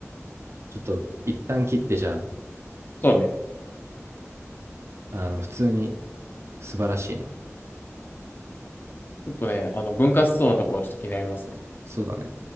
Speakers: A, on the right (about 55°); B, on the left (about 40°).
A: ちょっと一旦切ってじゃ
B: そうね。
A: あ、あの、普通に素晴らしいな。
B: ちょっとね、あの、分割しそうなとこはちょっと気になりますね。
A: そうだね。